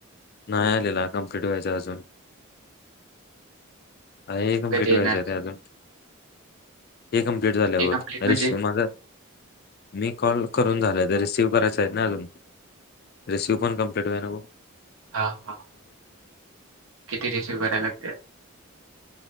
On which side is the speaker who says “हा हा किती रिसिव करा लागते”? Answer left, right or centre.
Right